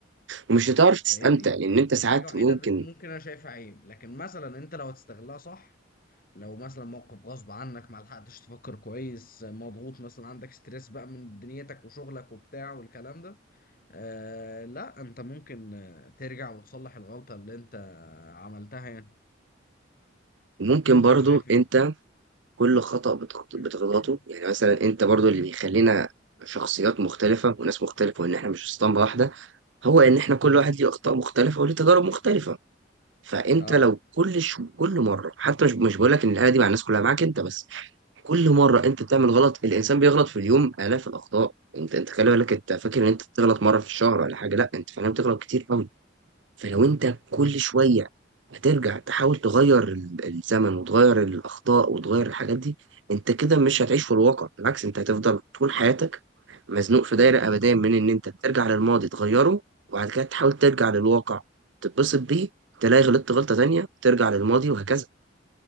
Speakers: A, on the right; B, on the left.
A: ومش هتعرف تستمتع
B: فاهمني
A: لان انت ساعات
B: دي حاجة وحيدة
A: ممكن
B: ب- ممكن انا شايفها عيب لكن مثلا انت لو هتستغلها صح لو مثلا موقف غصب عنك ما لحقتش تفكر كويس مضغوط مثلا عندك ستريس بقى من دنيتك وشغلك وبتاع والكلام ده آه لا انت ممكن آه، ترجع وتصلح الغلطة اللي انت آه، عملتها يعني
A: ممكن
B: ولا
A: برضو
B: انت شايف ايه
A: انت كل خطأ بتخط-
B: <coughs>
A: بتغلطه يعني مثلا انت برضو اللي يخلينا شخصيات مختلفة وناس مختلفة وان احنا مش اسطمبة واحدة هو ان احنا كل واحد ليه اخطاء مختلفة وليه تجارب مختلفة فانت
B: <clears throat> اه
A: لو كل شو كل مره حتى مش مش بقول لك ان الاله دي مع الناس كلها معاك انت بس كل مره انت بتعمل غلط الانسان بيغلط في اليوم الاف الاخطاء انت انت خلي بالك انت فاكر ان انت بتغلط مره في الشهر ولا حاجه لا انت فعلا بتغلط كتير قوي فلو انت كل شوية هترجع تحاول تغير ال- الزمن وتغير الأخطاء وتغير الحاجات دي انت كده مش هتعيش في الواقع بالعكس انت هتفضل طول حياتك مزنوق في دايرة أبدية من ان انت ترجع للماضي تغيره وبعد كده تحاول ترجع للواقع تتبسط بيه تلاقي غلطت غلطة تانية ترجع للماضي وهكذا